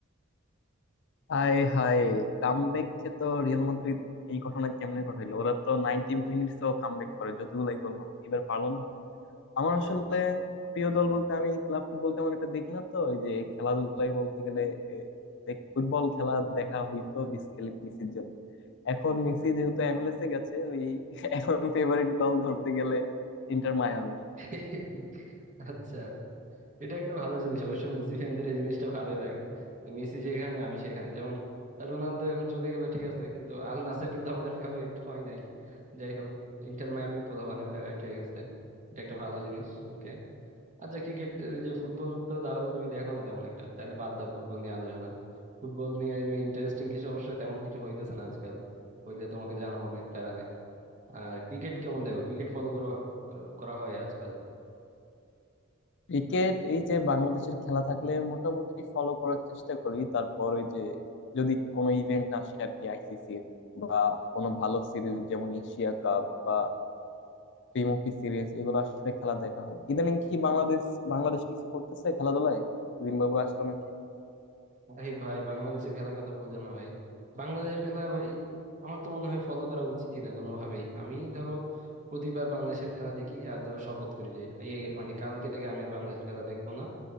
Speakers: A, on the left; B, on the right.
A: হায় হায় কামব্যাককে তো রিয়াল মাদ্রিদ এই ঘটনা কেমনে ঘটাইলো ওরা তো নাইনটি মিনিটস ও কামব্যাক করে যতগুলাই গোল হোক এবার পারলো না আমার আসলে প্রিয় দল বলতে আমি ক্লাব ফুটবল তেমন একটা দেখি না তো ওই যে খেলাধুলাই বলতে গেলে এ, দেখ- ফুটবল খেলা দেখা হইতো বেসিক্যালি মেসির জন্য এখন মেসি যেহেতু এমএলএস এ গেছে ওই <laughs> এখন ফেভারিট দল ধরতে গেলে ইন্টার মায়ামি
B: <laughs> আচ্ছা এটা একটা ভালো জিনিস অবশ্য মেসি ফ্যানদের এই জিনিসটা ভালোই লাগে মেসি যেখানে আমি সেখানে যেমন রোনালদো এখন চলে গেল ঠিক আছে কিন্তু আল নাসের কিন্তু আমাদের ফেভারিট হয় নাই যাই হোক ইন্টার মায়ামি পোলাপানের ফেভারিট হয়ে গেছে এটা একটা ভালো জিনিস ওকে আচ্ছা ক্রিকেট যে ফুটবল তো তাহলে তুমি দেখো না তেমন একটা তাহলে বাদ দাও ফুটবল নিয়ে আলোচনা ফুটবল নিয়ে ইন্টারেস্টিং কিছু অবশ্য তেমন কিছু হইতেছে না আজকাল হইলে তোমাকে জানাবো নে প্যারা নেই আর ক্রিকেট কেমন দেখো ক্রিকেট ফলো করা করা করা হয় আজকাল
A: ক্রিকেট এই যে বাংলাদেশের খেলা থাকলে মোটামুটি ফলো করার চেষ্টা করি তারপর ওই যে যদি কোনো ইভেন্ট আসে আর কি আইসিসি এর বা কোনো ভালো সিরিজ যেমন এশিয়া কাপ বা ত্রিমুখী সিরিজ এগুলো আসলে খেলা দেখা হয় ইদানিং কি বাংলাদেশ বাংলাদেশ কিছু করতেছে খেলাধুলায় জিম্বাবুয়ে আসলো নাকি
B: আরে ভাই বাংলাদেশের খেলার কথা বলছো না ভাই বাংলাদেশের খেলা ভাই আমার তো মনে হয় ফলো করা উচিতই না কোনোভাবেই আমি ধরো প্রতিবার বাংলাদেশের খেলা দেখি আর ধরো শপথ করি যে এই মানে কালকে থেকে আমি আর বাংলাদেশের খেলা দেখবো না